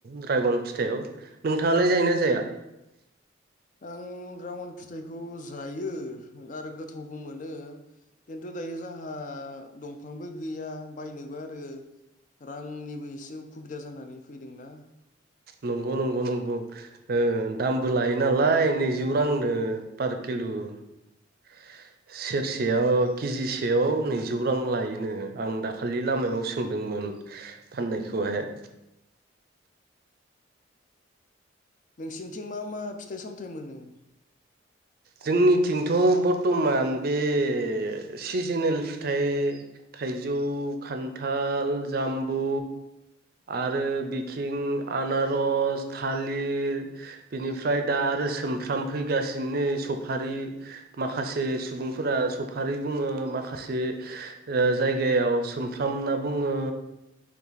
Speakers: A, on the right; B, on the left.
A: ड्रागन फिथाइयाव नोंथाङालाय जायो ना जाया?
B: आं ड्रागन फिथाइखौ जायो आरो गोथावबो मोनो। खिन्थु दायो जोंहा दंफांबो गैया बायनोबो आरो रांनिबो एसे उसुबिदा जानानै फैदोंना।
A: नंगौ नंगौ नंगौ दामबो लायो नालाय नैजौ रांनो पार किल' <unintelligible> सेरसेयाव केजिसेयाव नैजौ रां लायोनो आं दाखालि लामायाव सोंदोंमोन फाननायखौहाय
B: नोंसिनिथिं मा मा फिथाइ सामथाइ मोनो
A: जोंनिथिंथ' बर्थ'मान बे सिजोनेल फिथाइ थाइजौ खान्थाल जाम्बु आरो बिथिं आनारस थालिर बेनिफ्राय दा आरो सोमफ्राम फैगासिनो सफारि माखासे सुबुंफोरा सफारि बुङो माखासे ओ जायगायाव सोमफ्राम होनना बुङो